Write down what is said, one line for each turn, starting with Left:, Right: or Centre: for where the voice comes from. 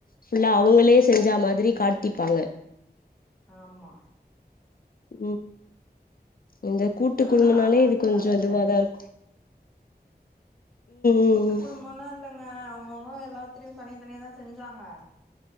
Left: ஃபுல்லா அவுங்களே செஞ்சா மாதிரி காட்டிப்பாங்க
Centre: ஆமா
Left: ம் இந்த கூட்டு
Centre: க்கறனா
Left: குடும்பனாலே
Centre: எங்க ஹஸ்பண்ட்
Left: இது கொஞ்சோ
Centre: அங்க இருக்கறாரு
Left: இதுவாதாருக்கு ம்
Centre: கூட்டு
Left: ம்
Centre: குடும்போல்லா இல்லங்க அவுங்கவுங்க எல்லாத்துலியு தனியா தனியாதா செஞ்சாங்க